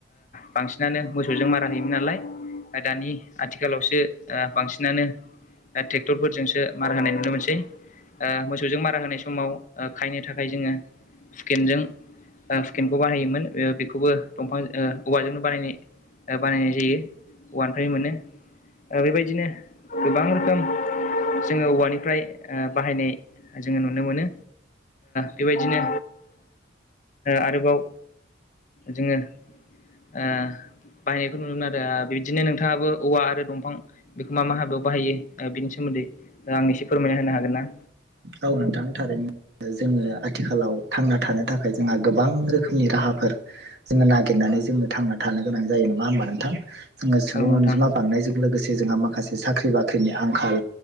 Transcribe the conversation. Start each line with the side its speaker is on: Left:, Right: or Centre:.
Left: बांसिनानो मोसौजों मारा होयोमोन नालाय दानि आथिखालावसो बांसिनानो ट्रेक्टरफोरजोंसो मार होनाय नुनो मोनसै मोसौजों मारा होनाय समाव खायनो थाखाय जोङो सुकेनजों स्केनखौ बानायायोमोन बेखौबो दंफां औवाजोंनो बानायनाय बानायनाय जायो अवानिफ्राय मोनो बेबायदिनो गोबां रोखोम जोङो औवानिफ्राय बाहायनाय जोङो नुनो मोनो बेबायदि बिदिनो आरोबाव जोङो ओ। बाहायनायखौ नुनो मोनमोन आरो बिबदिनो नोंथाङाबो औवा आरो दंफां बेखौ मा मा हाबायाव बाहायो बिनि सोमोन्दै आं एसे फोरमायना होनो हागोन ना।
Right: औ नोंथां थारैनो। जोङो आथिखालाव थांना थानो थाखाय जोंहा गोबां रोखोमनि राहाफोर जोङो नागिरनो हायो। थां थ गोनां जा हा नोंथां जोङो सुबुं
Left: औ नोंथां
Right: अनजिमा बांनायजों लोगोसे ज माखासे साख्रि बाख्रिनि आंखाल